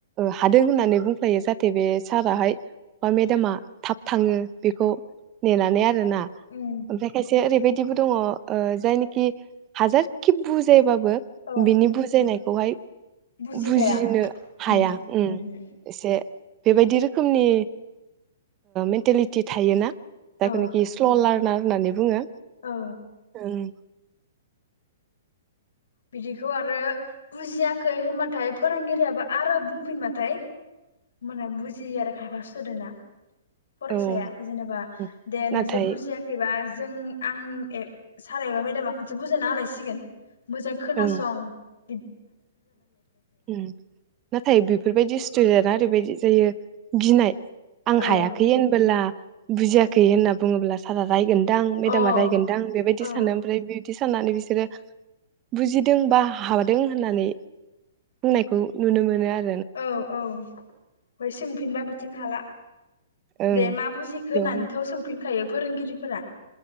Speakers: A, on the right; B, on the left.
A: हादों होननानै बुंफ्लायो जाहाथे बे साराहाय बा मेदामा थाब थाङो बेखौ नेनानै आरोना
B: उम
A: ओमफ्राय खायसे ओरैबायदि बिदिबो दङ जाय नेखि हाजारखि बुजि जेबा बो बो
B: औ
A: बिनि बुजायनाय खौहाय
B: बुजिखाया
A: बुजिनो हाया
B: उम
A: ओं
B: उमहो
A: एसे बेबायदि रोखोमनि मेन्टेलिटि थायोना? जायफोरनाखि
B: औ
A: स्ल लार ना होननानै बुङो
B: औ
A: ओम
B: बिदिखौ आरो बुजिया खै होनबाथाय फोरोंगिरियाबो आरो बुंफिनबाथाय मोना बुजियो आरो खायफा सोदोना फरायसाया
A: ओं
B: जेनेबा
A: औ
B: दे
A: नाथाय
B: नोंसोर बुजियाखैबा जों आं सारा एबा मेदामा खनसे बुजोनना आलायसिगोन मोजां खोनासं
A: ओं
B: ।
A: नाथाय बेफोरबायदि स्टुदेन्टआ ओरैबायदि। जायो गिनाय। आं
B: औ
A: हायाखै होनबोला बुजियाखै होनना बुङोब्ला सारा रायगोन। दां मेडामा
B: अ
A: रायगोनदां बेबायदि
B: औ
A: सानो ओमफ्राय बे बिदि साननानै बिसोरो बुजिदों बा हादों होननानै। बुंनायखौ नुनो मोनो आरो।
B: औ औ। ओमफाय सोंफिनबा बिथिं हाला।
A: ओं
B: दे मा बुजिखो
A: बेवहाय
B: होननानैथ' सोंफिनखायो फोरोंगिरिफोरा